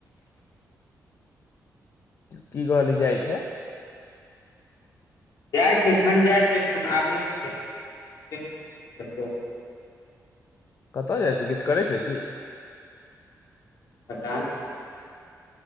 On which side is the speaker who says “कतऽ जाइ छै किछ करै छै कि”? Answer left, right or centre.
Left